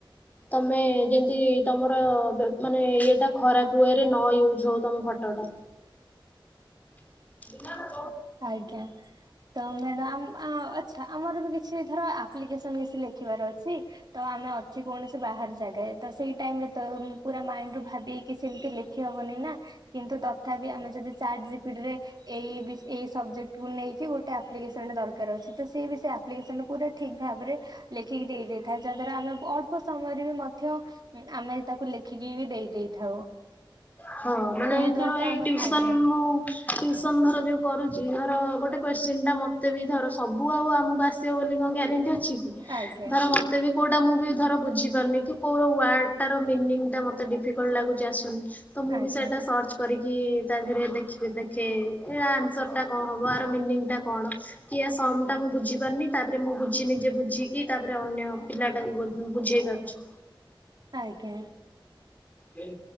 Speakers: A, on the left (about 20°); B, on the right (about 50°).
A: ତମେ ଯେମତି ତମର ମାନେ ଇଏଟା ଖରାପ ହୁଏରେ ନ ୟୁଜ ହଉ ତମ ଫଟୋ ଟା। <inaudible>
B: ଆଜ୍ଞା ତ ମ ଆ ଆଛା ଆମର ବି କିଛି କିଛିର ଆପ୍ଲିକେସନ କିଛି ଲେଖିବାର ଅଛି ତ ଆମେ ଅଛି କୌଣସି ବାହାର ଜାଗାରେ ସେଇ ଟାଇମରେ ତ ପୁରା ମାଇଣ୍ଡ ରୁ ଭାବିି ସେମିତି ଲେଖି ହବନି ନା କିନ୍ତୁ ତଥାପି ଆମେ ଯଦି ଚାଟ ରେ ଏଇ ଏଇ ସବଜେକ୍ଟ କୁ ନେଇକି ଗୋଟେ ଆପ୍ଲିକେସନ ଦରକାର ଅଛି ତ ସିଏ ବି ସେ ଆପ୍ଲିକେସନା ପୁରା ଠିକ ଭାବରେ। ଲେଖିକି ଦେଇେଇଥାଏ ଯାହାଦ୍ଵାରା ଆମେ ଅଳ୍ପ ସମୟରେ ବି ମଧ୍ୟ ଆମେ ତାକୁ ଲେଖିକି ବି ଦେଇ ଦେଇଥାଉ।
A: ହଁ ମାନେ
B: ଏହା ଦ୍ଵାରା
A: ତର
B: ତ
A: ଏ
B: ଆମର
A: ଟିଉସନ
B: ଆଜ୍ଞା
A: ମୁଁ ଟିଉ ଟିଉସନ ଧର ଯୋଉ କରୁଛି ଧର ଗୋଟେ କୋଶ୍ଚି ଟା ମତେ ବି ଧର ସବୁ ଆଉ ଆମକୁ ଆସିବ ବୋଲି କଣ ଗ୍ୟାରେଣ୍ଟିଛି। କି
B: ଆଜ୍ଞା
A: ଧର ମତେ ବି କେଉଁଟା ମୁଁ ବି ଧର ବୁଝିପାରୁନି କି କେଉଁର ୱାର୍ଡ଼ଟାର ମିନିଂଟା ମୋତେ ଡିଫିକଲ୍ଟ ଲାଗୁଛି ଆସୁନି ତ ମୁଁ
B: ଆଜ୍ଞା
A: ବି ସେଇଟା ସର୍ଚ୍ଚ କରିକି ତା ଧୀରେ ଦେଖି ଦେଖେ ଏ ଆନ୍ସର ଟା କଣ ହବ ଆ ମିନିଂ ଟା କଣ କି ସମ ଟା ମୁଁ ବୁଝି ପାରୁନି ତା ମୁଁ ବୁଝି ନିଜେ ବୁଝିକି ତାପରେ ଅନ୍ୟ ପିଲା ଟାକୁ ବୁଝେଇ ପାରୁଛି।
B: ଆଜ୍ଞ।
A: ହୁଁ।